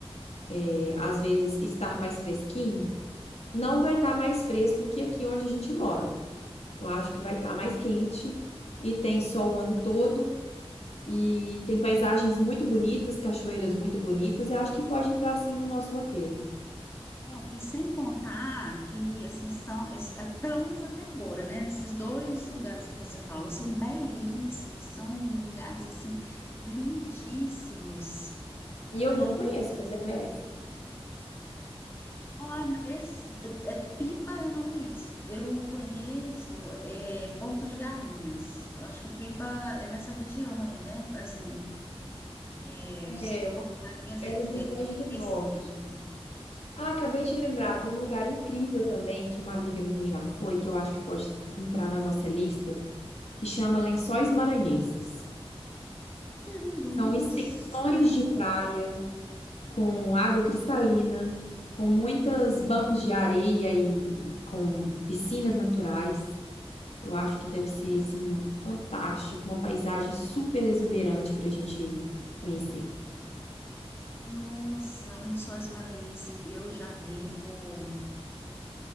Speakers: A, on the left; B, on the left.
A: é, às vezes, estar mais fresquinho, não vai estar mais fresco que aqui onde a gente mora. Eu acho que vai estar mais quente e tem sol o ano todo e tem paisagens muito bonitas, cachoeiras muito bonitas, eu acho que pode entrar sim no nosso roteiro.
B: não, e sem contar que, assim, são, es- é, pelo menos até agora, né? Esses dois lugares que você falou são belíssimos, são lugares, assim, lindíssimos,
A: E
B: né?
A: eu não conheço, você conhece?
B: Olha, esses, é, é, pipa eu não conheço. Eu conheço é, Porto de Galinhas. Eu acho que pipa é nessa região aí, né? Assim, é, eu sei
A: É,
B: que Porto de Galinhas
A: é
B: é em,
A: no Rio
B: é
A: Grande
B: em
A: do Norte.
B: Recife.
A: Ah, acabei de lembrar, tem um lugar incrível também que uma amiga minha já foi, que eu acho que pode entrar na nossa lista, que chama Lençóis Maranhenses.
B: Que lindo,
A: São
B: nossa!
A: extensões de praia com água cristalina, com muitos bancos de areia e com piscinas naturais. Eu acho que deve ser assim fantástico, uma paisagem super exuberante para a gente conhecer.
B: Nossa, Lençóis Maranhenses. Eu já vi por,